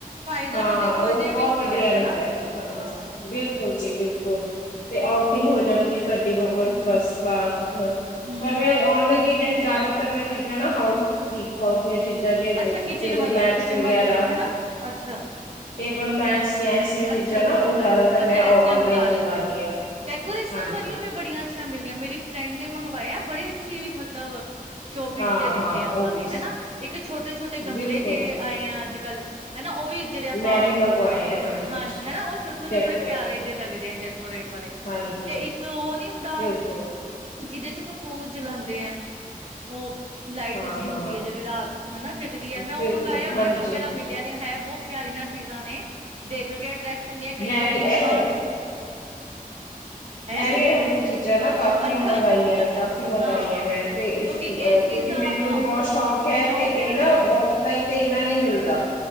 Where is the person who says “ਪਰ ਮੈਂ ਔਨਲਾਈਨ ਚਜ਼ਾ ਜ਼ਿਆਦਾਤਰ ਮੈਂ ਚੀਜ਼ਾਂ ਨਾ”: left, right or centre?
Left